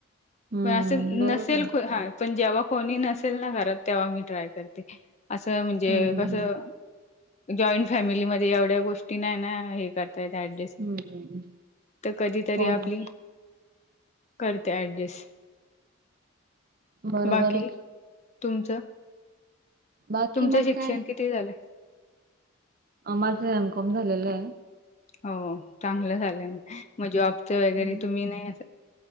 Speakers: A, on the right; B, on the left.
A: हं,
B: पण असे नसेल,
A: बरोबर आहे.
B: हा. पण जेव्हा कोणी नसेल ना घरात. तेव्हा मी ट्राय करते. असं म्हणजे
A: हं, हं,
B: कसं?
A: हं.
B: जॉईंट फॅमिलीमध्ये एवढ्या गोष्ट टी नाय ना हे करता येत. ऍडजस्ट.
A: हं.
B: तर कधी तरी
A: हो
B: आपली
A: ना.
B: करते ऍडजस्ट.
A: बरोबर
B: बाकी?
A: आहे.
B: तुमचं?
A: बाकी
B: तुमचं
A: मग
B: शिक्षण
A: काय?
B: किती झाले?
A: माझं एमकॉम झालेलंय.
B: हो चांगलं झालंय. म जॉब चा वगैरे
A: हं.
B: तुम्ही नाही